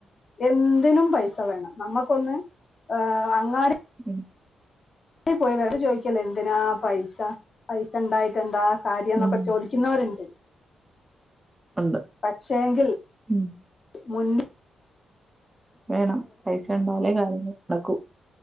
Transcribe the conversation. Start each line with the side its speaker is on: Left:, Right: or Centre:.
Left: എന്തിനും പൈസ വേണം നമുക്കൊന്ന് അ അങ്ങാടി
Right: ഉം
Left: ടി പോയി വെല ചോദിക്കല് എന്തിനാ പൈസ പൈസ ഉണ്ടായിട്ട എന്താ കാര്യന്നൊക്കെ
Right: ഉം
Left: ചോദിക്കുന്നോരുണ്ട്
Right: ഉണ്ട്
Left: പക്ഷേങ്കിൽ
Right: ഉം
Left: മുൻ
Right: വേണം പൈസ ഉണ്ടായാലേ കാര്യങ്ങൾ നടക്കു